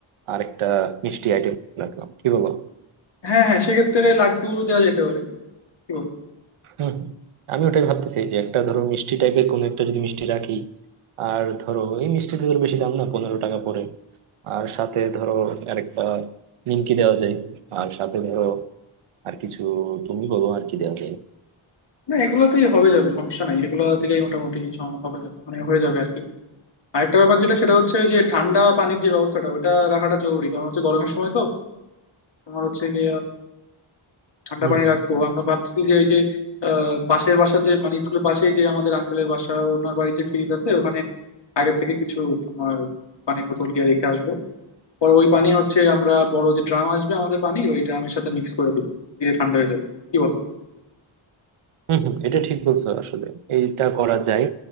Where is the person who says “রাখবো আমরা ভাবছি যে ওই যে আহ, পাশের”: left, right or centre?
Left